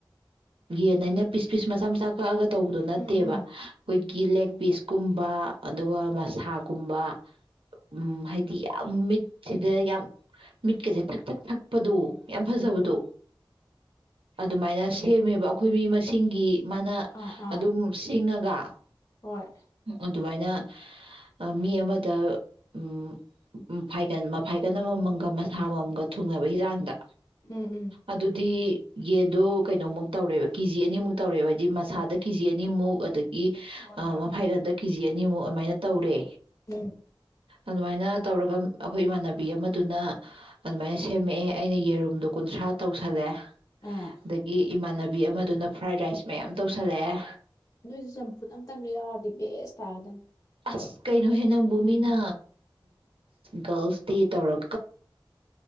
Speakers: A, on the right; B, on the left.
A: ꯌꯦꯟ ꯑꯩꯅ ꯄꯤꯁ ꯄꯤꯁ ꯃꯆꯥ ꯃꯆꯥ ꯀꯛꯑꯒ ꯇꯧꯕꯗꯣ ꯅꯠꯇꯦꯕ
B: ꯎꯝ ꯎꯝ
A: ꯑꯩꯈꯣꯏꯒꯤ
B: ꯎꯝ
A: ꯂꯦꯒ ꯄꯤꯁ ꯀꯨꯝꯕ ꯑꯗꯨꯒ ꯃꯁꯥꯒꯨꯝꯕ ꯎ ꯍꯥꯏꯗꯤ ꯌꯥꯝ ꯃꯤꯠꯁꯤꯗ ꯌꯥꯝ ꯃꯤꯠꯀꯁꯦ ꯊꯛ ꯊꯛ ꯊꯛꯄꯗꯣ ꯌꯥꯝ ꯐꯖꯕꯗꯣ ꯑꯗꯨꯃꯥꯏꯅ ꯁꯦꯝꯃꯦꯕ ꯑꯩꯈꯣꯏ ꯃꯤ ꯃꯁꯤꯡꯒꯤ ꯃꯥꯅ
B: ꯑꯥ ꯑꯥ
A: ꯑꯗꯨꯝ ꯁꯤꯡꯉꯒ
B: ꯍꯣꯏ
A: ꯑꯗꯨꯃꯥꯏꯅ ꯑ ꯃꯤ ꯑꯃꯗ ꯎꯝ ꯐꯥꯏꯒꯟ ꯃꯐꯥꯏ <unintelligible> ꯑꯃꯃꯝꯒ ꯃꯁꯥ ꯑꯃꯃꯝꯒ ꯊꯨꯡꯅꯕꯩ ꯍꯥꯡꯗ
B: ꯎꯝ ꯎꯝ
A: ꯑꯗꯨꯗꯤ ꯌꯦꯟꯗꯣ ꯀꯩꯅꯣꯃꯨꯛ ꯇꯧꯔꯦꯕ ꯀꯤꯖꯤ ꯑꯅꯤꯃꯨꯛ ꯇꯧꯔꯦꯕ ꯍꯥꯏꯗꯤ ꯃꯁꯥꯗ ꯀꯤꯖꯤ ꯑꯅꯤꯃꯨꯛ ꯑꯗ ꯒꯤ
B: ꯍꯣꯏ
A: ꯑꯥ
B: ꯍꯣꯏ
A: ꯃꯐꯥꯏꯒꯟꯗ ꯀꯤꯖꯤ ꯑꯅꯤꯃꯨꯛ ꯑꯃꯥꯏꯅ ꯇꯧꯔꯦ
B: ꯎꯝ
A: ꯑꯗꯨꯃꯥꯏꯅ ꯇꯧꯔꯒ ꯑꯩꯈꯣꯏ ꯏꯃꯥꯟꯅꯕꯤ ꯑꯃꯗꯨꯅ ꯑꯗꯨꯃꯥꯏꯅ ꯁꯦꯝꯃꯛꯑꯦ ꯑꯩꯅ ꯌꯦꯔꯨꯝꯗꯣ ꯀꯨꯟꯊ꯭ꯔꯥ ꯇꯧꯁꯜꯂꯦ
B: ꯑꯥ
A: ꯑꯗꯒꯤ ꯏꯃꯥꯟ ꯕꯤ ꯑꯃꯗꯨꯅ ꯐ꯭ꯔꯥꯏ ꯔꯥꯏꯁ ꯃꯌꯥꯝ ꯇꯧꯁꯜꯂꯛꯑꯦ
B: ꯅꯣꯏꯁꯨ ꯆꯝꯐꯨꯠ ꯑꯝꯇꯪꯒ ꯌꯥꯎꯔꯗꯤ ꯕꯦꯁ ꯇꯥꯒꯗꯪ
A: ꯑꯁ ꯀꯩꯅꯣꯍꯦ ꯅꯪꯕꯨ ꯃꯤꯅ ꯒꯥꯔꯜꯁ ꯗꯦ ꯇꯧꯔ